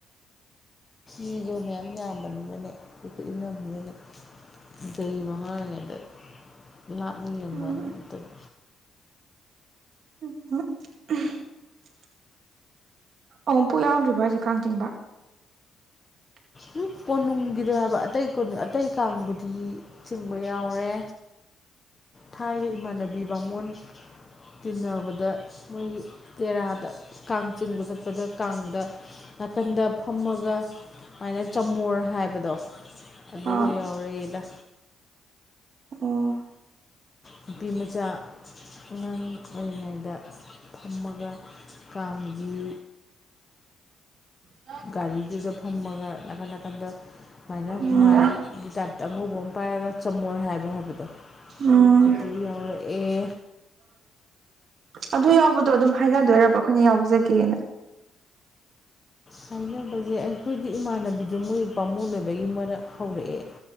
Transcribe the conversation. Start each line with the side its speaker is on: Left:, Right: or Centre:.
Left: ꯃꯤꯒ ꯃꯌꯥꯝ ꯌꯥꯝꯕꯅꯤꯅꯅꯦ ꯀꯤꯀꯤ ꯏꯅꯕꯅꯅꯦ <unintelligible> ꯗꯩꯕ ꯑꯉꯥꯡ ꯑꯣꯏꯔꯤꯉꯩꯗ <unintelligible> ꯂꯥꯞꯅ ꯌꯦꯡꯕ
Right: ꯎꯝ
Left: ꯅꯠꯇꯗꯤ
Right: ꯍꯨꯪꯪ <unintelligible> ꯑꯣꯝ ꯄꯨꯨ ꯌꯥꯎꯗ꯭ꯔꯤꯕ ꯍꯥꯏꯁꯦ ꯀꯥꯡ ꯆꯤꯡꯕ <inaudible>
Left: ꯎꯝ ꯀꯣꯅꯨꯡꯒꯤꯗꯣ ꯍꯥꯏꯕ ꯑꯇꯩ ꯀꯨꯟ ꯑꯇꯩ ꯀꯥꯡꯕꯨꯗꯤ ꯆꯤꯡꯕ ꯌꯥꯎꯔꯦ ꯊꯥꯏꯅ ꯏꯃꯥꯟꯅꯕꯤ ꯕꯥꯃꯣꯟ ꯇꯤꯟꯅꯕꯗ ꯃꯣꯏꯒꯤ ꯇꯦꯔꯥꯗ ꯀꯥꯡ ꯆꯤꯡꯕ ꯆꯠꯄꯗ ꯀꯥꯡꯗ ꯅꯥꯀꯟꯗ ꯐꯝꯃꯒ ꯁꯨꯃꯥꯏꯅ ꯆꯝꯃꯨꯔ ꯍꯥꯏꯕꯗꯣ ꯑꯗꯨꯒ
Right: ꯑꯥ
Left: ꯌꯥꯎꯔꯛꯏꯦꯗ
Right: ꯑꯣ
Left: ꯅꯨꯄꯤꯃꯆꯥ ꯑꯉꯥꯡ ꯑꯣꯏꯔꯤꯉꯩꯗ ꯐꯝꯃꯒ ꯀꯥꯒꯤ
Right: ꯎꯝ
Left: ꯒꯥꯔꯤꯗꯨꯗ ꯐꯝꯃꯒ ꯅꯥꯀꯟ ꯅꯥꯀꯟꯗ ꯁꯨꯃꯥꯏꯅ
Right: ꯎꯝ
Left: ꯃꯥꯥꯏꯒꯤ ꯖꯥꯇ ꯑꯉꯧꯕ ꯑꯃ ꯄꯥꯏꯔꯒ ꯆꯃꯣꯔ ꯍꯥꯏꯕ ꯍꯥꯏꯕꯗꯣ
Right: ꯎꯝ
Left: ꯑꯗꯨ ꯌꯥꯎꯔꯛꯑꯦ
Right: ꯑꯗꯨ ꯌꯥꯎꯕꯗꯣ ꯑꯗꯨꯝ ꯍꯥꯏꯅꯗꯣꯏꯔꯕ ꯑꯩꯈꯣꯏꯅ ꯌꯥꯎꯖꯒꯦꯅ
Left: ꯍꯥꯏꯅꯕꯁꯦ ꯑꯩꯈꯣꯏꯒꯤ ꯏꯃꯥꯟꯅꯕꯤꯗꯣ ꯃꯣꯏ ꯄꯥꯃꯨꯡꯕꯗꯒꯤ ꯃꯅ ꯍꯧꯔꯛꯑꯦ